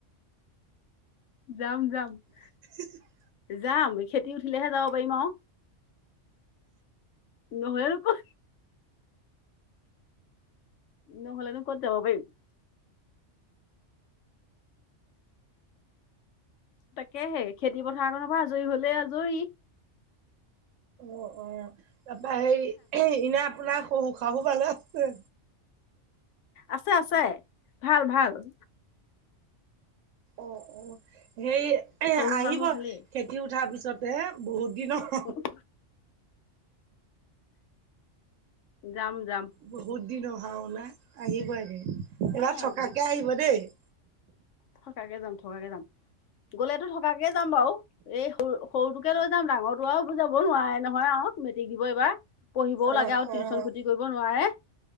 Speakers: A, on the left; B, on the right.
A: যাম-যাম। <unintelligible>
B: উ <inaudible>
A: যাম। খেতি উঠিলেহে যাব পাৰিম আৰু। <unintelligible> নহয় আৰু ক <inaudible> নহ'লেনো ক'ত যাব পাৰিম। <unintelligible> তাকেহে খেতি পথাৰ কনৰ পৰা আজৰি হলে আজৰি। <unintelligible>
B: অ-অ! তাৰপৰা সেই <unintelligible> ইনে আপোনাৰ শহুৰ-শাহু ভালে আছে?
A: আছে-আছে। ভাল-ভাল। <inaudible>
B: অঁ-অঁ! হেৰি <unintelligible> এ
A: শহু
B: আহিব
A: শাহু ভালেই
B: খেতি উঠাৰ পিছতে বহুত দিনৰ <inaudible>
A: অ <inaudible> <inaudible> যাম-যাম।
B: বহুত দিন অহাও নাই আহিব এদিন। এইবাৰ
A: অ',
B: থকাকে আহিব দেই? <inaudible>
A: থকাকে যাম-থকাকে যাম। গ'লেতো থকাকে যাম বাৰু এই সৰু <unintelligible> সৰুটোকে লৈ যাম ডাঙৰটো আৰু যাব নোৱাৰে নহয় আৰু মেট্ৰিক দিব এইবাৰ। <unintelligible> পঢ়িবও
B: অ
A: লাগে আৰু টিউচন
B: অ
A: খতি কৰিবও নোৱাৰে। <inaudible>